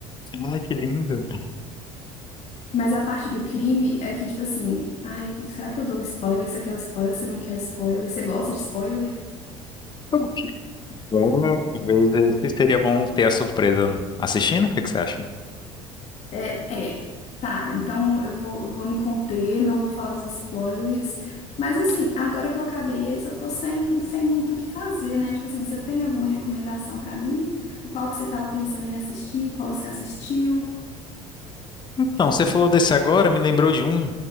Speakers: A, on the left; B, on the left.
A: Ai, que lindo.
B: Mas a parte do crime é que, tipo assim, ai, será que eu dou spoiler? Você quer o spoiler? Você não quer o spoiler? Você gosta de spoiler?
A: Eu gostei. Agora, talvez esse seria bom ter a surpresa assistindo, o que que você acha?
B: É, é. Tá, então eu vou, eu vou me conter, não vou falar os spoilers. Mas assim, agora que eu acabei esse, eu tô sem, sem muito o que fazer, né? Tipo assim, você tem alguma recomendação pra mim? O Qual que você tava pensando em assistir? Qual você assistiu?
A: Então, você falou desse agora, me lembrou de um.